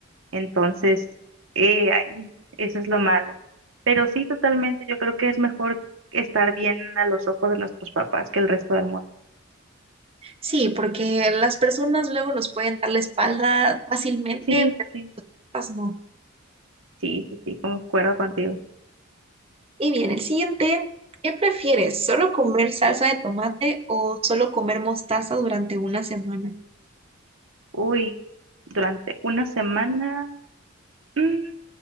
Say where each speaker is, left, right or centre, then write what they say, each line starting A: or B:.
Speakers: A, on the right (about 70°); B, on the right (about 30°).
A: Entonces, eh, ay, eso es lo malo. Pero sí, totalmente, yo creo que es mejor estar bien a los ojos de nuestros papás que el resto del mundo.
B: Sí, porque las personas luego nos pueden dar la espalda fácilmente,
A: Sí,
B: pero
A: sí,
B: las no.
A: sí, sí, sí, concuerdo contigo.
B: Y bien, el siguiente, ¿qué prefieres? ¿Solo comer salsa de tomate o solo comer mostaza durante una semana?
A: Uy, durante una semana. Mm,